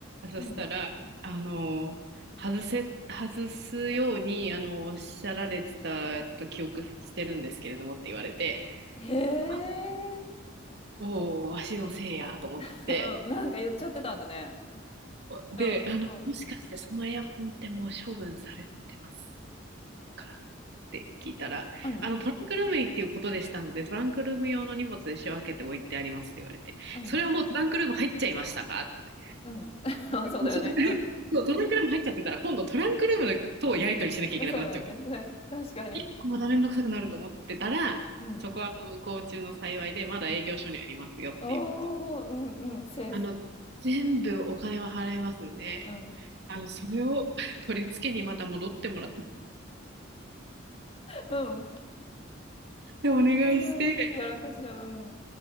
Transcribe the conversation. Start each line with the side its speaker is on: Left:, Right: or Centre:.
Right: そしたら、
Left: うん。
Right: あの、外せ、外すように、あの、おっしゃられてたと記憶してるんですけれどもって言われて、
Left: へえ。
Right: あ、おお、わしのせいやと思って、
Left: <laughs> うん、なんか言っちゃってたんだね。
Right: で、
Left: うん、
Right: あの、
Left: うん、
Right: もしかしてそのエアコンってもう処分されてますからって聞いたら、
Left: うん、
Right: あの、トランクルームにっていうことでしたので、トランクルーム用の荷物で仕分けて置いてありますって言われて、
Left: うん、
Right: それはもうトランクルーム入っちゃいましたかって。
Left: うん。<laughs> あ、そうだよね。
Right: もうそれそう、トランクルーム入っちゃってたら、今度トランクルームとやり取りしなきゃいけなくなっちゃうから、
Left: うん。<laughs> そうだよね。で確かに。
Right: 一個まためんどくさくなると思ってたら、
Left: うん、
Right: そこは不幸中の幸いで、まだ営業所にありますよっていうこと。
Left: うん。おお、うんうん、セーフ。
Right: あの、全部お金は払いますんで、
Left: うん、
Right: あの、それを取り付けにまた戻ってもらって、
Left: うん。
Right: でお願いして、
Left: ごめん、やらかしだ、うん、